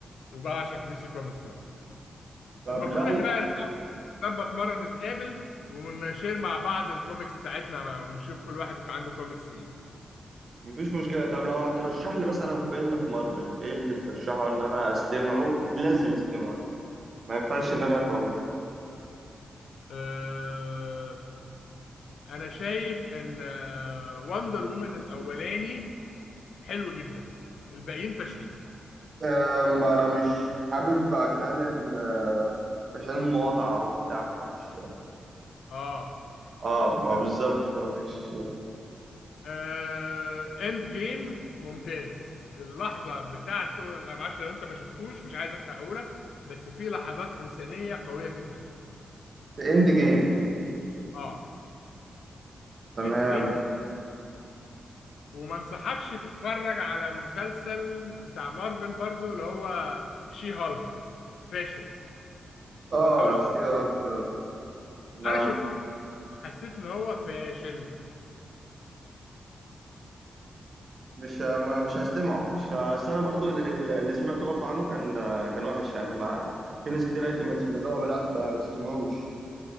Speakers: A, on the left; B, on the right.
A: وبعشق دي سي كوميكس برضه
B: طب
A: المفروض
B: لو
A: احنا بقى نظبط مرة نتقابل ونشير مع بعض الكوميكس بتاعتنا ونشوف كل واحد كان عنده كوميكس ايه
B: مفيش مشكلة طب لو هترشح لي مثلا فيلم في مارفل ايه اللي ترشحه ان انا استمعه لازم استمعه يعني ما ينفعش ان انا افوته
A: أه انا شايف ان وندر وومن الاولاني حلو جدا الباقيين فاشلين
B: آه، ما انا مش حابب عشان ال آه، عشان المقاطعة وبتاع فمش اه
A: اه
B: آه، ما
A: طب
B: بالظبط فمش
A: أه اند جيم ممتاز اللحظة بتاعته انا معرفش لو انت ما شفتوش مش عايز احرقهولك بس في لحظات انسانية قوية جدا
B: في اند جيم
A: اه
B: تمام
A: اند جيم وما انصحكش تتفرج على مسلسل بتاع مارفل برضو اللي هو شي هالك فاشل
B: اه
A: ما تحاولش تت-
B: شيرك ما
A: انا شفته وحسيت ان هو فاشل
B: مش ما مش هستمعه مش ه- أصل انا برضو ال- ال- اللي سمعته برضو عنه كان كان وحش يعني ما في ناس كتير قالت لي ما تسمع اللي هو لا ما تسمعوش